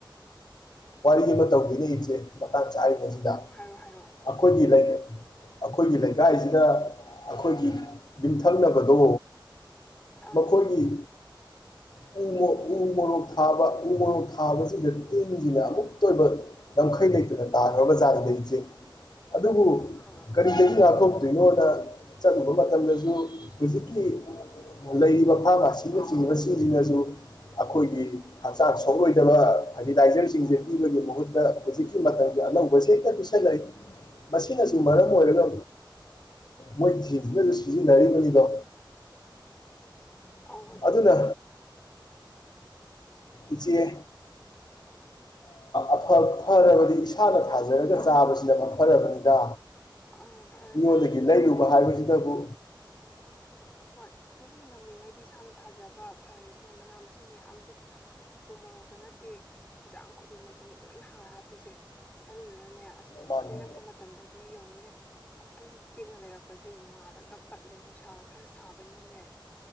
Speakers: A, on the left; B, on the left.
A: ꯋꯥꯔꯤ ꯑꯃ ꯇꯧꯒꯦꯅꯦ ꯏꯆꯦ ꯃꯇꯥꯡ ꯆꯥꯔꯤ ꯑꯁꯤꯗ
B: ꯑꯣ ꯍꯥꯏꯔꯣ ꯍꯥꯏꯔꯣ
A: ꯑꯈꯣꯏꯒꯤ <unintelligible> ꯑꯈꯣꯏꯒꯤ ꯂꯩꯀꯥꯏꯁꯤꯗ ꯑꯈꯣꯏꯒꯤ ꯌꯨꯝꯊꯪꯅꯕꯗꯣ
B: ꯑꯥ
A: ꯃꯈꯣꯏꯒꯤ ꯎ ꯃꯔꯣꯛ ꯊꯥꯕ ꯎ ꯃꯔꯣꯛ ꯊꯥꯕꯁꯤꯗ ꯇꯤꯟ ꯁꯤꯅ ꯑꯃꯨꯛꯇ ꯑꯣꯏꯕ ꯂꯝꯈꯩ ꯂꯩꯇꯅ ꯇꯥꯈ꯭ꯔꯕ ꯖꯥꯠꯅꯤꯗ ꯏꯖꯦ ꯑꯗꯨꯕꯨ
B: ꯑꯥ
A: ꯀꯔꯤꯗꯒꯤ ꯉꯥꯛꯊꯣꯛꯇꯣꯏꯅꯣꯅ ꯆꯠꯂꯨꯕ ꯃꯇꯝꯗꯁꯨ ꯍꯧꯖꯤꯛꯀꯤ ꯂꯩꯔꯤꯕ ꯐꯥꯔꯃꯥꯁꯤꯅꯆꯤꯡꯕꯁꯤꯡꯁꯤꯅꯁꯨ ꯑꯩꯈꯣꯏꯒꯤ ꯍꯛꯆꯥꯡ ꯁꯣꯛꯂꯣꯏꯗꯕ ꯐꯔꯇꯤꯂꯥꯏꯖꯔ ꯁꯤꯡꯁꯦ ꯄꯤꯕꯒꯤ ꯃꯍꯨꯠꯇ ꯍꯧꯖꯤꯛꯀꯤ ꯃꯇꯝꯁꯦ ꯑꯅꯧꯕꯁꯦ ꯍꯦꯛꯇ ꯄꯤꯁꯜꯂꯛꯏ ꯃꯁꯤꯅꯁꯨ ꯃꯔꯝ ꯑꯣꯏꯔꯒ ꯃꯣꯏꯁꯤꯡꯁꯤꯅꯁꯨ ꯁꯤꯖꯤꯟꯅꯔꯤꯕꯅꯤꯗꯣ
B: ꯑꯧ ꯑꯗꯨꯅꯦ
A: ꯑꯗꯨꯅ
B: ꯑꯁ
A: ꯏꯆꯦ ꯑꯐ ꯐꯔꯕꯗꯤ ꯏꯁꯥꯅ ꯊꯥꯖꯔꯒ ꯆꯥꯕꯁꯤꯅ ꯃꯐꯔꯕꯅꯤꯗ
B: ꯑꯥ ꯐꯔꯦ
A: ꯃꯤꯉꯣꯟꯗꯒꯤ
B: ꯐꯔꯦ ꯑꯗꯨꯅꯦ
A: ꯂꯩꯔꯨꯕ ꯍꯥꯏꯕꯁꯤ ꯇꯕꯨ
B: ꯍꯣꯏ ꯑꯗꯨꯝ ꯉꯝꯃꯤꯉꯩꯗꯤ ꯏꯁꯥꯅ ꯊꯥꯖꯕ ꯐꯔꯦꯁꯤꯅ ꯃꯅꯥ ꯃꯁꯤꯡ ꯃꯌꯥꯝꯁꯦ ꯎ ꯃꯣꯔꯣꯛꯇ ꯅꯠꯇꯦ ꯏꯟꯁꯥꯡ ꯈꯨꯗꯤꯡꯃꯛꯇꯅꯦ ꯂꯣꯏꯅ ꯍꯥꯔ ꯍꯥꯞꯄꯤꯁꯦ ꯑꯗꯨꯗꯨꯅꯅꯦ ꯑꯁ
A: ꯃꯥꯅꯤ
B: ꯂꯩꯔꯛꯄ ꯃꯇꯝꯗꯗꯤ ꯌꯧꯅꯦ ꯑꯗꯨꯝ ꯇꯦꯛꯅ ꯂꯩꯔꯛꯄꯁꯦ ꯅꯣꯡꯉꯥꯜꯂꯒ ꯄꯠꯂꯦ ꯅꯨꯡꯁꯥ ꯈꯔ ꯁꯥꯕꯅꯤꯅꯅꯦ